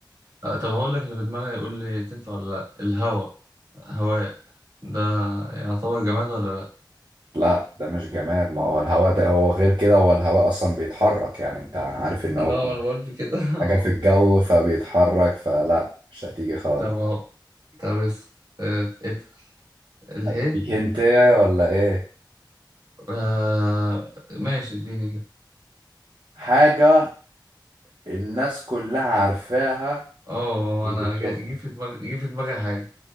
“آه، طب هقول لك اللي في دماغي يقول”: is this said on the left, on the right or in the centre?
Right